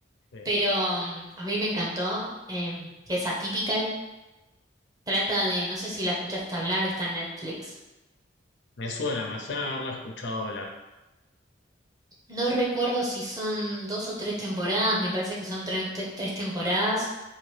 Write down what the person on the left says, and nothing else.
sí.
Me suena, me suena haberla escuchado hablar.